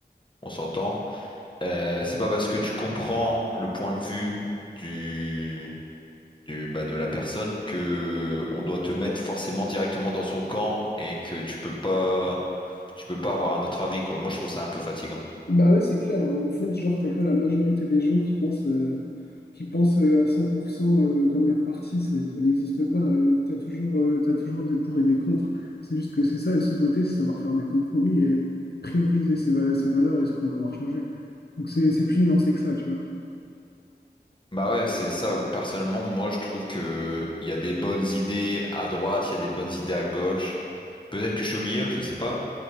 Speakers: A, on the left (about 30°); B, on the left (about 70°).
A: on s'entend, euh, c'est pas parce que tu comprends le point de vue du, du, bah, de la personne que on doit te mettre forcément directement dans son camp et que tu peux pas. Tu peux pas avoir un autre avis, quoi. Moi, je trouve ça un peu fatigant.
B: Bah ouais, c'est clair. Au fond, genre, t'as pas la majorité des gens qui pensent, euh, qui pensent euh, à 100% euh, comme leur parti. Ça, ça n'existe pas. Euh, T'as toujours, euh, t'as toujours des pour et des contre. C'est juste que c'est ça aussi, voter, c'est savoir faire des compromis et prioriser ses, va- ses valeurs et ce qu'on va devoir changer. Donc c'est c'est plus nuancé que ça, tu vois.
A: Bah ouais, c'est ça. Personnellement, moi, je trouve que il y a des bonnes idées à droite, il y a des bonnes idées à gauche. Peut-être que je suis au milieu, je sais pas.